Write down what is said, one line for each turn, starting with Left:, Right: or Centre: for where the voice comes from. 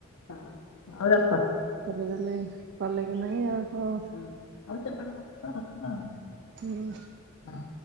Left: ହଁ ହଉ ରଖ।
Right: ଚାଲି ଚାଲି ପଲେ କି ନହିଁ ଆଉ! ହଉ
Left: ହଁ ଆଉ ସେପଟେ <unintelligible>
Right: ହୁଁ।
Left: ହଁ।